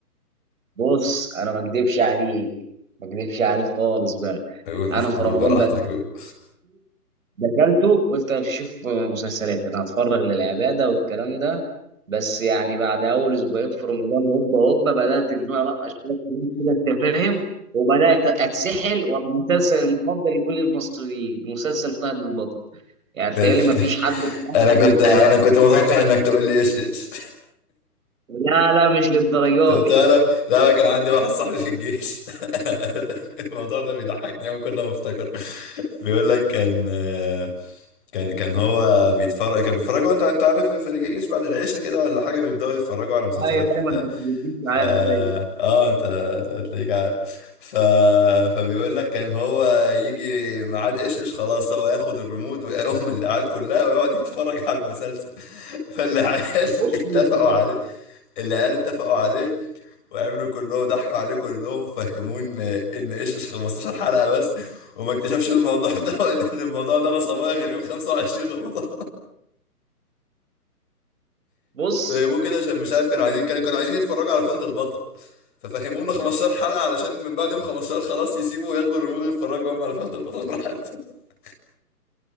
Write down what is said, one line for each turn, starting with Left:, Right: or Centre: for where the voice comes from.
Right: بص انا ما اكدبش عليك ما اكدبش عليك خالص بقى
Left: قول
Right: انا
Left: قول
Right: في رمضان
Left: براحتك
Right: بقى
Left: قول
Right: دخلته قلت انا مش هشوف مسلسلات انا هتفرغ للعباده والكلام ده بس يعني بعد اول اسبوعين في رمضان هوبا هوبا بدات ان انا القى شويه فلوس كده انت فاهم وبدات اتسحل والمسلسل المفضل لكل المصريين مسلسل فهد البطل
Left: <laughs>
Right: يعني تقريبا ما فيش حد في مصر
Left: انا كنت
Right: ما
Left: انا
Right: كانش
Left: كنت متوقع انك تقول لي ايش ايش
Right: لا لا مش للدرجه
Left: طب
Right: دي
Left: تعرف لا كان عندي واحد صاحبي في الجيش <laughs> الموضوع ده بيضحكني قوي كل ما افتكر بيقول لك كان آه، كان كان هو بيتفرج كان بيتفرجوا انت انت عارف في الجيش بعد العشاء كده ولا حاجه بيبداوا يتفرجوا على مسلسلات
Right: ايوه دايما
Left: وبتاع
Right: كنت بتجيب معايا
Left: ف اه
Right: أيوة.
Left: انت هتلاقيك عارف ف... فبيقول لك كان هو يجي ميعاد ايش ايش خلاص هو ياخد الريموت ويقوم العيال كلها ويقعد يتفرج على المسلسل فالعيال <laughs>
Right: بص
Left: اتفقوا
Right: هو-
Left: عليه العيال اتفقوا عليه وعملوا كلهم ضحكوا عليه كلهم وفهموه ان ان ايش ايش 15 حلقة بس وما اكتشفش الموضوع <laughs> ده وان إن الموضوع ده انا صبايا غير يوم 25 رمضان
Right: بص
Left: فهموه كده عشان مش عارف كانوا عايزين كانوا كانوا عايزين يتفرجوا على فهد البطل ففهموه انه 15 حلقة علشان من بعد يوم 15 خلاص يسيبوا وياخدوا الريموت ويتفرجوا هم على فهد البطل براحتهم <laughs>